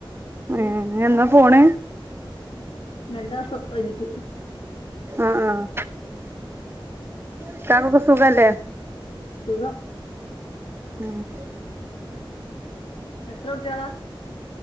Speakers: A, on the right; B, on the left.
A: ഉം എന്നാ പോണ്
B: രണ്ടുമാസം കഴിഞ്ഞിട്ട്
A: ആഹ് ആഹ് ഇക്കാക്കൊക്കെ സുഖല്ലേ
B: സുഖം
A: ഉം <inaudible>
B: എത്ര കൂട്ടിളാ